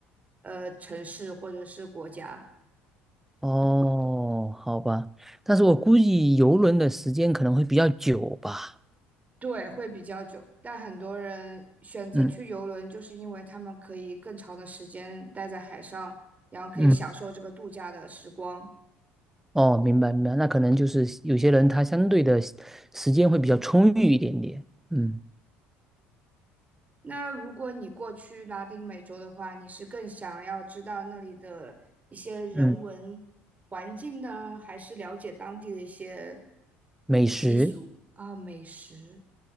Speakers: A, on the right; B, in the centre.
A: 呃城市或者是国家。
B: 哦，好吧，但是我估计游轮的时间可能会比较久吧。
A: 对，会比较久，但很多人选择去游轮，
B: 嗯
A: 就是因为他们可以更长的时间待在海上，然后可以享受这个度假的时光。
B: 嗯，哦，明白明白，那可能就是有些人他相对的时间会比较充裕一点点，嗯
A: 那如果你过去拉丁美洲的话，你是更想要知道那里的一些人文环境呢，
B: 嗯，
A: 还是了解当地的一些
B: 美食，
A: 习俗啊、美食？